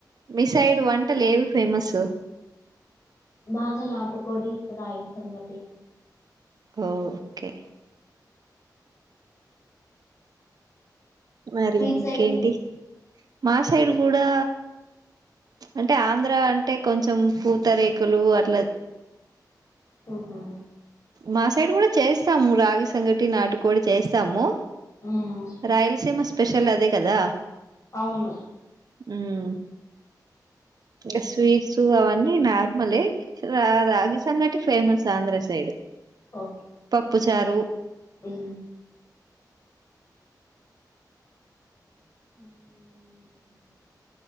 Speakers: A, on the right; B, on the left.
A: మీ సైడ్ వంటలు ఏవి ఫేమస్
B: బాగా నాటుకోడి రాగి సంగటి
A: ఉ ఓకే మరి
B: మీ
A: ఇంకేంటి
B: సైడు
A: మా సైడ్ కూడా అంటే ఆంధ్ర అంటే కొంచెం పూతరేకులు అట్లా
B: ఉహు
A: మా సైడ్ కూడా చేస్తాము రాగి సంగటి నాటుకోడి చేస్తాము
B: మ్మ్
A: రాయలసీమ స్పెషల్ అదే కదా
B: అవును
A: హ్మ్మ్ ఎస్ వి సూ అవన్నీ నార్మల్ రా రాగి సంగటి ఫేమస్ ఆంధ్ర సైడ్
B: ఓకే
A: పప్పుచారు
B: ఉ ఉఉఉ ఉ